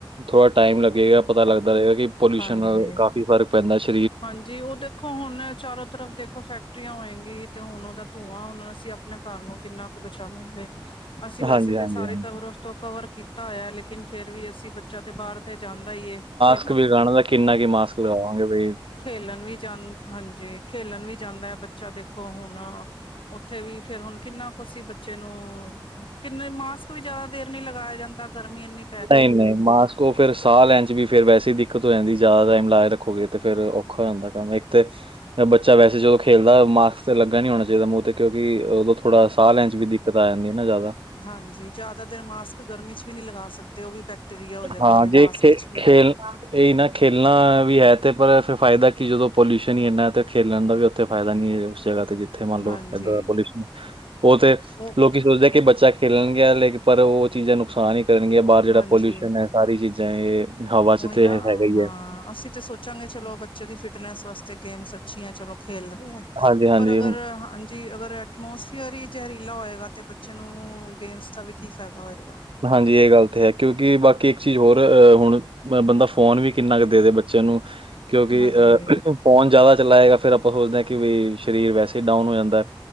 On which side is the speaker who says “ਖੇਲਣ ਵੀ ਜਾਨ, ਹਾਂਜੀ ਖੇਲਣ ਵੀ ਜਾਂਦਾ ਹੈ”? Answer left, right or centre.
Left